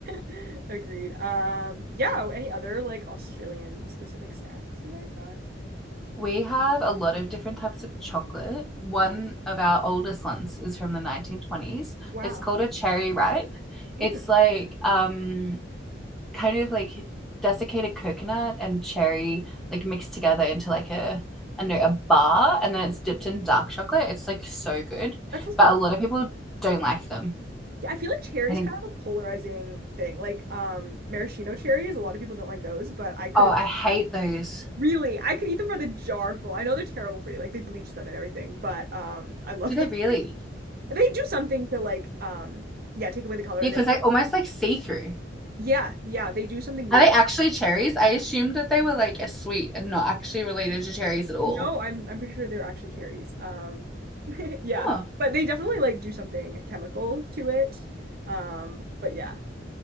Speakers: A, on the right (about 55°); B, in the centre.
A: <laughs> Agreed. Um, yeah, any other like Australian specific snacks you guys got?
B: We have a lot of different types of chocolate. One of our oldest ones is from the 1920s.
A: Wow.
B: It's called a cherry ripe. It's
A: Mm,
B: like um kind of like desiccated coconut and cherry like mixed together into like a I don't
A: that's
B: know a bar and then it's dipped in dark chocolate. It's like so good.
A: that sounds
B: But
A: delicious.
B: a lot of people don't like them.
A: Yeah, I feel like cherries
B: I think
A: kind of a polarizing thing. Like um maraschino cherries, a lot of people don't like those, but I could
B: oh, I
A: have
B: hate
A: eaten them.
B: those.
A: Really, I could eat them for the jar full. I know they're terrible for you, like they bleach them and everything, but um I love
B: Do they
A: them.
B: really?
A: They do something to like um yeah, take away the color
B: Yeah,
A: and
B: because
A: then
B: they almost like see-through.
A: yeah, yeah, they do something weird
B: Are they
A: to
B: actually cherries? I assumed that they were like a sweet and not actually related to cherries at all.
A: No, I'm I'm pretty sure they're actually cherries. Um <laughs> yeah.
B: Oh.
A: But they definitely like do something chemical to it. Um but yeah.